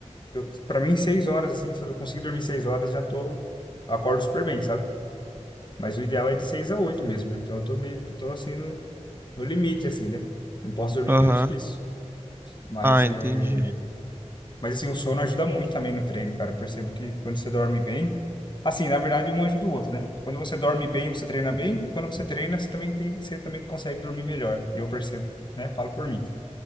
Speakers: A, on the left; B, on the right.
A: eu, pra mim, 6 horas, assim, se eu conseguir dormir 6 horas, já tô. Acordo super bem, sabe? Mas o ideal é de 6 a 8 mesmo, né? Então eu tô meio que tô assim no, no limite, assim, né? Não posso dormir
B: Aham.
A: menos que isso. Mas
B: Ah,
A: é.
B: entendi.
A: Mas assim, o sono ajuda muito também no treino, cara. Eu percebo que quando você dorme bem, assim, na verdade, um ajuda o outro, né? Quando você dorme bem, você treina bem, e quando você treina, você também tem, você também consegue dormir melhor. Eu percebo, né? Falo por mim.